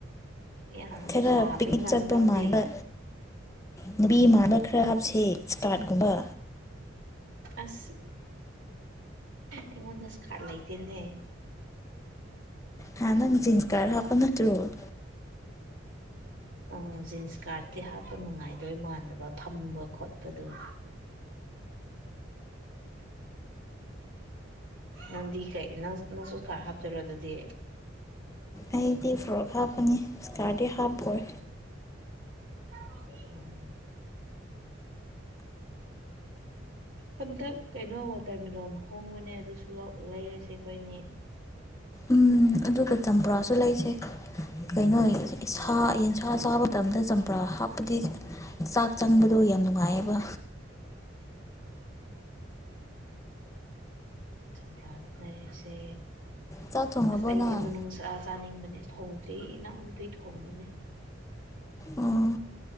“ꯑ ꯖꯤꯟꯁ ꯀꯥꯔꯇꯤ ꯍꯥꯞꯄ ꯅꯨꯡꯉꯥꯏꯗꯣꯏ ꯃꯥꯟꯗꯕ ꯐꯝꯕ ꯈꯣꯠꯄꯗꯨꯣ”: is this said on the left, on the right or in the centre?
Right